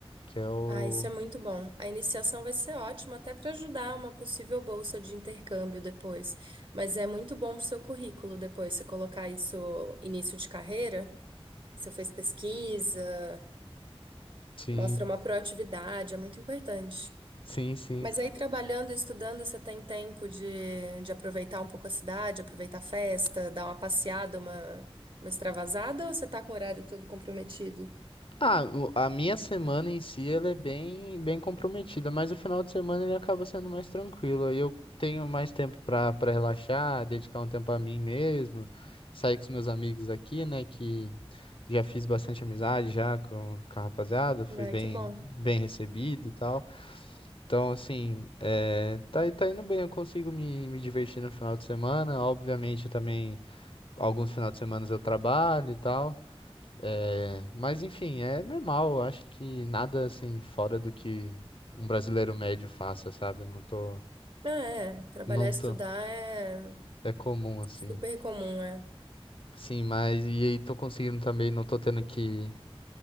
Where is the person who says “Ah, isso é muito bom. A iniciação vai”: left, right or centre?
Right